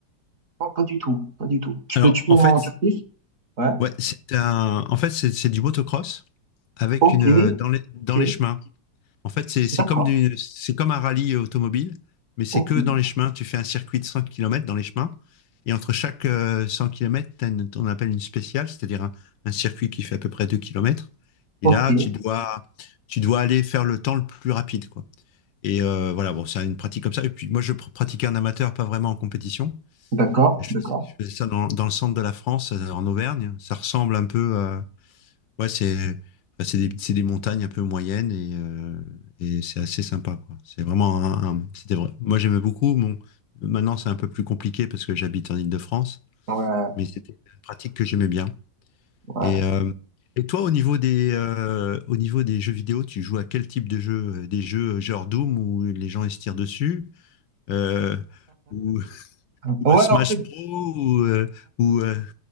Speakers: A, on the right (about 45°); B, on the left (about 80°).
A: Non, pas du tout, pas du tout. Tu
B: Alors
A: peux, tu peux
B: en
A: m'en
B: fait,
A: dire plus? Ouais.
B: ouais, c'est un, en fait c'est c'est du motocross avec
A: Ok,
B: une euh, dans les dans
A: ok,
B: les chemins. En fait, c'est c'est
A: d'accord.
B: comme, du- c'est comme un rallye automobile, mais c'est
A: Ok,
B: que dans les chemins. Tu fais un circuit de 100 km dans les chemins, et entre chaque euh, 100 km, tu une, on appelle une spéciale, c'est-à-dire un, un circuit qui fait à peu près 2 km.
A: ok,
B: Et là, tu dois, tu dois aller faire le temps le plus rapide, quoi. Et euh, voilà, bon, c'est une pratique comme ça. Et puis moi, je pr- pratiquais en amateur, pas vraiment en compétition.
A: d'accord,
B: Je,
A: d'accord.
B: faisais je faisais ça dans, dans le centre de la France, euh, en Auvergne. Ça ressemble un peu, euh, Ouais, c'est enfin, c'est des, c'est des montagnes un peu moyennes et, euh, et c'est assez sympa, quoi. C'est vraiment un, un- c'était vrai. Moi, j'aimais beaucoup. Bon, maintenant, c'est un peu plus compliqué parce que j'habite en Île-de-France,
A: Ouais,
B: mais c'était une pratique que j'aimais bien.
A: ouais.
B: Et, euh, et toi, au niveau des, euh, au niveau des jeux vidéo, tu joues à quel type de jeu? Des jeux euh, genre Doom où les gens ils se tirent dessus, euh, ou, <laughs>
A: Ouais,
B: ou à Smash
A: en fait,
B: Bros, ou, euh, ou euh,